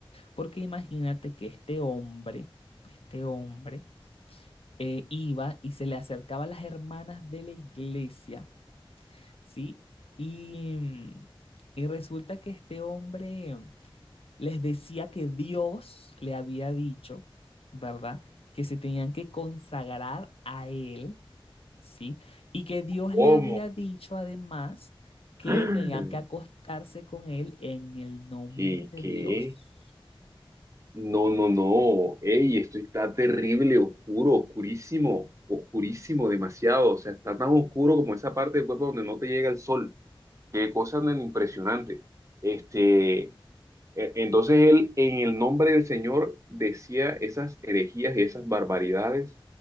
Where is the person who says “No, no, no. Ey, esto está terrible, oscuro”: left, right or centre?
Right